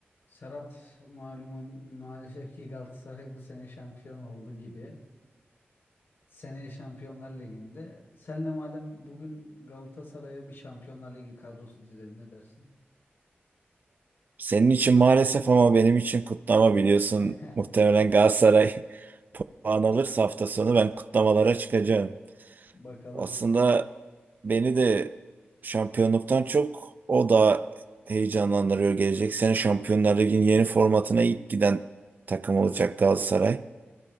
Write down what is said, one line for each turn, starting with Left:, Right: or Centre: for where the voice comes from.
Left: Serhat malumun maalesef ki Galatasaray bu sene şampiyon oldu gibi. Seneye Şampiyonlar Ligi'nde. Senle madem bugün Galatasaray'a bir Şampiyonlar Ligi kadrosu dizelim ne dersin?
Right: Senin için maalesef ama benim için kutlama biliyorsun.
Left: <laughs>
Right: Muhtemelen Galatasaray <laughs> puan alırsa hafta sonu ben kutlamalara çıkacağım.
Left: Bakalım.
Right: Aslında beni de şampiyonluktan çok o da heyecanlandırıyor. Gelecek sene Şampiyonlar Ligi'nin yeni formatına ilk giden takım olacak Galatasaray.